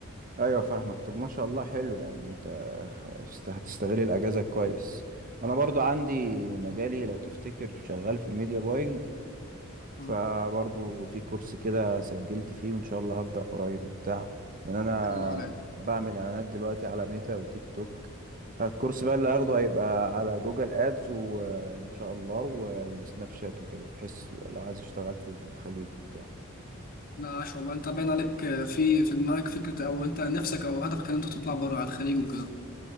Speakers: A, on the right; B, on the left.
A: ايوه فاهمك طب ما شاء الله حلو يعني انت هست- هتستغل الاجازه كويس انا برضو عندي مجالي لو تفتكر شغال في الميديا باينج فبرضو
B: آه، ان
A: في كورس كده سجلت فيه وان شاء الله هبدأ قريب وبتاع لان انا
B: شاء الله عليك
A: بعمل اعلانات دلوقتي على ميتا وتيك توك الكورس بقى اللي هاخده هيبقى على جوجل ادز وان شاء الله والسناب شات وكده بحيث لو عايز اشتغل في الخليج بتاع
B: لا عاش والله انت باين عليك آه، في في دماغك فكره او انت نفسك او هدفك ان انت تطلع بره على الخليج وكده